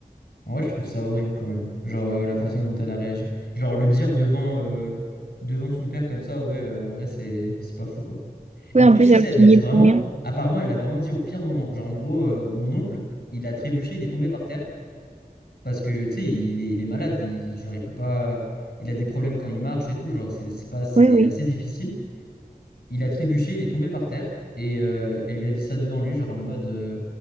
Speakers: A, on the left; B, on the right.
A: En vrai, je trouve ça horrible quand même. Genre, euh, la façon dont elle a réagi. Genre, le dire devant, euh, devant son père comme ça, ouais, euh, en vrai, c'est, c'est pas fou, quoi. Et
B: Oui,
A: en
B: en
A: plus,
B: plus
A: tu
B: alors
A: sais, elle
B: qu'il
A: l'a dit
B: y est
A: vraiment,
B: pour rien.
A: apparemment, elle l'a vraiment dit au pire moment. Genre, en gros, euh, mon oncle, il a trébuché, il est tombé par terre. Parce que, tu sais, il est, il est malade. Il, genre, il peut pas. Il a des problèmes quand il marche et tout. Genre, c'est c'est pas, c'est
B: Oui, oui.
A: assez difficile. Il a trébuché, il est tombé par terre. Et euh, elle lui a dit ça devant lui, genre en mode. euh,